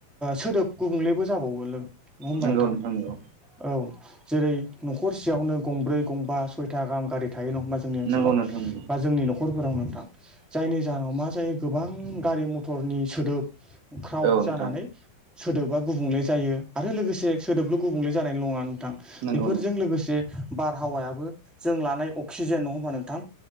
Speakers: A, in the centre; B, on the right.
A: सोदोब गुबुंलेबो जाबावो नों नङा होमबा
B: नंगौ
A: नोंथां
B: नंगौ
A: औ जेरै न'खरसेयावनो गंब्रै गंबा सयथा गाहाम गारि थायो नङा होमबा जोंनि ओनसोलाव
B: नंगौ नोंथां नंगौ नोंथां नंगौ
A: बा जोंनि न'खरफोराव नोंथां जायनि जाहोनाव मा जायो गोबां गारि मथरनि सोदोब क्राउड
B: औ नोंथां औ नोंथां
A: जानानै सोदोबा गुबुंले जायो आरो लोगोसे सोदोबल' गुबुंले जानाय नङा नोंथां
B: नंगौ
A: बेफोरजों लोगोसे बारहावायाबो जों लानाय अक्सिजेन नङा होमबा नोंथां